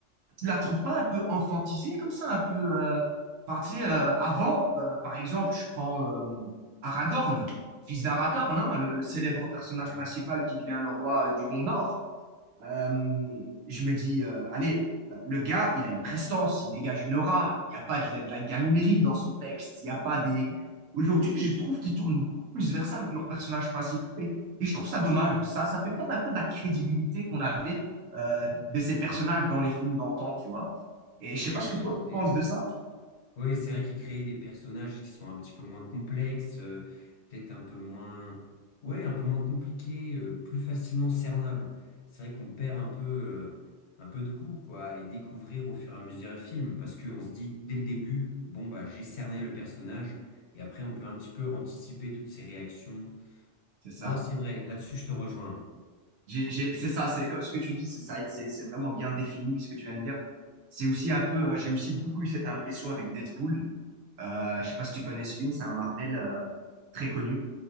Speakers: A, on the right; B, on the left.
A: tu la trouves pas un peu enfantisée comme ça, un peu, euh, enfin tu sais, euh, avant, euh, par exemple, je prends euh, Aragorn, fils d'Arathorn, hein, le, le célèbre personnage
B: Ouais,
A: principal qui devient le roi euh, du Gondor. Euh, je me dis, euh, allez, le gars, il a une prestance, il dégage une aura. Il n'y a pas de, de la gaminerie dans son texte. Il n'y a pas des. Aujourd'hui, je trouve qu'ils tournent beaucoup plus vers ça avec leurs personnages principaux. Et, et je trouve ça dommage. Ça, ça fait perdre un peu de la crédibilité qu'on avait euh, de ces personnages dans les films d'antan, tu vois. Et
B: Ouais,
A: je sais pas ce
B: des,
A: que toi
B: cho-
A: tu
B: des-
A: penses de ça.
B: Oui, c'est vrai qu'ils créent des personnages qui sont un petit peu moins complexes, euh, peut-être un peu moins, ouais, un peu moins compliqués, euh, plus facilement cernables. C'est vrai qu'on perd un peu, euh, un peu de goût, quoi, à les découvrir au fur et à mesure du film, parce qu'on se dit dès le début, bon bah j'ai cerné le personnage, et après on peut un petit peu anticiper toutes ses réactions.
A: C'est ça.
B: Non, c'est vrai, là-dessus je te rejoins.
A: J'ai- j'ai- C'est ça. C'est comme ce que tu dis. C'est ça. C'est c'est vraiment bien défini ce que tu viens de dire. C'est aussi un peu. euh, J'ai aussi beaucoup eu cette impression avec Deadpool. Euh, je sais pas si tu connais ce film, c'est un Marvel euh, très connu.